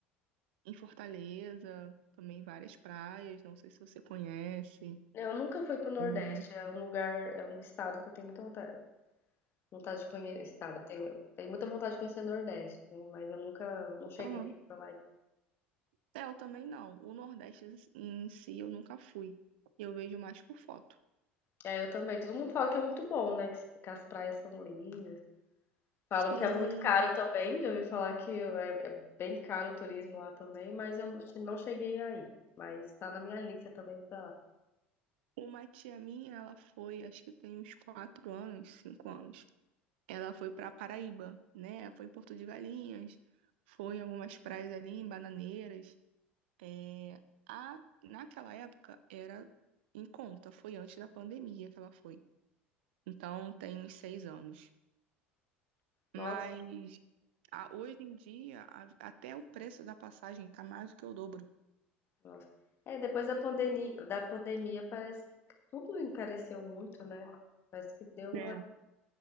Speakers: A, on the right; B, on the left.
A: em Fortaleza também várias praias. Não sei se você conhece.
B: Eu nunca fui pro Nordeste,
A: Hum.
B: é um lugar, é um estado que eu tenho muita vontade, vontade de conhecer, estado, eu tenho, tenho muita vontade de conhecer o Nordeste, né? Mas eu nunca, não cheguei
A: Aham.
B: pra lá ainda.
A: É, eu também não. O Nordeste em si eu nunca fui. Eu vejo mais por foto.
B: É, eu também, todo mundo fala que é muito bom, né? Que, que as praias são lindas. Falam
A: Sim,
B: que é muito caro também, já ouvi falar que é, é bem caro o turismo lá também, mas eu não cheguei aí. Mas tá na minha lista também, tá lá.
A: uma tia minha, ela foi, acho que tem uns quatro anos, cinco anos. Ela foi para Paraíba, né? Foi em Porto de Galinhas, foi em algumas praias ali, em Bananeiras. É, a, naquela época era em conta, foi antes da pandemia que ela foi. Então tem uns seis anos.
B: Nossa,
A: Mas a- hoje em dia, a- até o preço da passagem tá mais do que o dobro.
B: Nossa. É, depois da pandemia, da pandemia parece que tudo encareceu muito, né? Parece que deu uma,
A: né?